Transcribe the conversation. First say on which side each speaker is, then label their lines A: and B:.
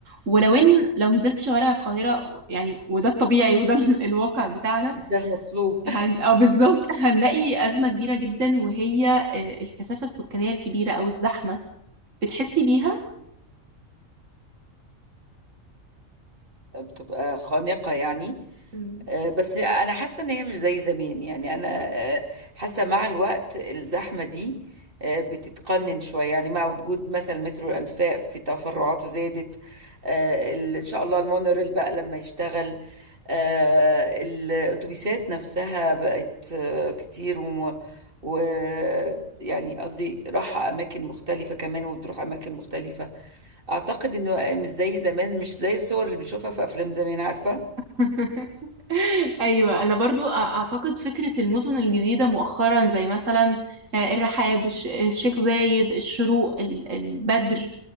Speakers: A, on the right (about 70°); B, on the right (about 40°).
A: ولو ان لو نزلت شوارع القاهرة يعني وده الطبيعي وده <laughs> ال- الواقع بتاعنا
B: ده المطلوب
A: هن... أو بالظبط <laughs> هنلاقي أزمة كبيرة جدا وهي آه، الكثافة السكانية الكبيرة أو الزحمة بتحسي بيها؟
B: بتبقى خانقة يعني
A: مم.
B: آه، بس انا حاسه ان هي مش زي زمان يعني انا آه، حاسه مع الوقت الزحمه دي آه، بتتقنن شويه يعني مع وجود مثلا مترو الانفاق في تفرعاته زادت آه، ال- ان شاء الله المونوريل بقى لما يشتغل آه، الاتوبيسات نفسها بقت آه، كتير و و- يعني قصدي راحة أماكن مختلفة كمان وبتروح أماكن مختلفة اعتقد انه مش زي زمان مش زي الصور اللي بنشوفها في افلام زمان عارفه
A: <laughs> أيوة أنا برضو أ- أعتقد فكرة المدن الجديدة مؤخرا زي مثلا آه، الرحاب الش- الشيخ زايد الشروق ال- البدر